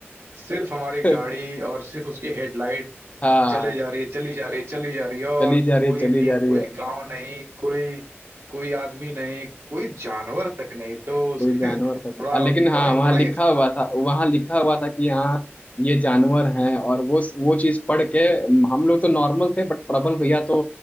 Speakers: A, on the right (about 75°); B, on the left (about 35°).
A: सिर्फ हमारी
B: <laughs>
A: गाड़ी और सिर्फ उसकी हेडलाइट
B: हाँ
A: चले जा रही है चली जा रही है चली जा रही है और
B: चली जा
A: कोई
B: रही है चली
A: भी
B: जा रही
A: कोई
B: है
A: गांव नहीं कोई कोई आदमी नहीं कोई जानवर तक नहीं तो उसके
B: कोई जानवर
A: <laughs> थोड़ा
B: तक आ, लेकिन
A: बड़ा
B: हाँ वहाँ
A: बड़ा
B: लिखा हुआ था वहाँ लिखा हुआ था कि हाँ ये जानवर हैं और वो वो चीज पढ़ के हम लोग तो नॉर्मल थे बट प्रबल भैया तो